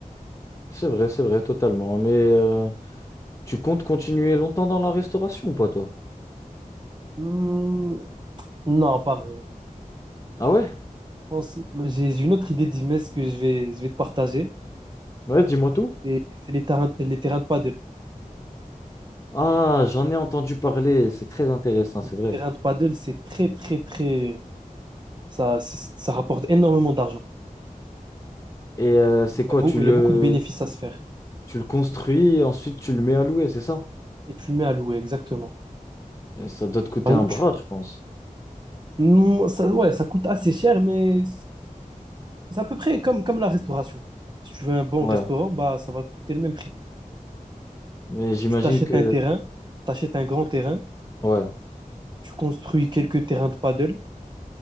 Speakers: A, on the left; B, on the right.
A: C'est vrai, c'est vrai, totalement. Mais euh, tu comptes continuer longtemps dans la restauration ou pas, toi?
B: Hmm, non, pas vraiment.
A: Ah ouais?
B: Je pense- J'ai j'ai une autre idée de business que je vais, je vais te partager.
A: Ouais, dis-moi tout.
B: C'est c'est les terrains, les terrains de paddle.
A: Ah, j'en ai entendu parler. C'est très intéressant, c'est
B: Les
A: vrai.
B: terrains de paddle, c'est très, très, très. Ça, c'est- ça rapporte énormément d'argent.
A: Et euh, c'est
B: Il
A: quoi,
B: y a beau-
A: tu le...
B: il y a beaucoup de bénéfices à se faire.
A: Tu le construis, ensuite tu le mets à louer, c'est ça?
B: Et tu le mets à louer, exactement.
A: Et ça doit te coûter
B: Bah,
A: un
B: tu-
A: bras, je pense.
B: non, ça, ouais, ça coûte assez cher, mais c'est à peu près comme, comme la restauration. Si tu veux un bon
A: Ouais,
B: restaurant, bah, ça va te coûter le même prix.
A: mais j'imagine
B: Tu t'achètes
A: que...
B: un terrain, t'achètes un grand terrain
A: Ouais,
B: tu construis quelques terrains de paddle